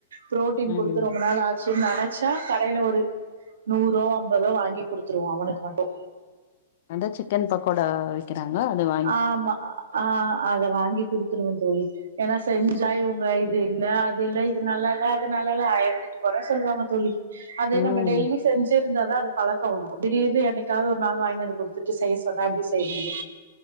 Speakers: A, on the right; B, on the left.
A: பு்ரோட்டீன்
B: ம்
A: குடுத்து ரொம்ப நாள் ஆச்சி நனைச்சா கடைல ஒரு நூறோ ஐம்பதோ வாங்கி குடுத்துருவோ அவனுக்கு மட்டு
B: அந்த சிக்கன் பக்கோடா வி க்கிறாங்கோ அது வா
A: ஆமா ஆ ஆ அத வாங்கி குடுத்துருவோ தோழி ஏனா செஞ்சா இவங்க இது இல்ல அது இல்ல இது நல்லா இல்ல அது நல்லா இல்ல ஆயிரத்தெட்டு கொற சொல்லுவாங்க தோழி அது
B: ம்
A: நம்ம டெய்லி செஞ்சிருந்தாதா அது பழக்கோ வரு திடீர்னு என்னைக்காவது ஒரு நாள் வாங்கிட்டு வந்து குடு த்துட்டு செய்ய சொன்னா எப்டி செய்ய முடியு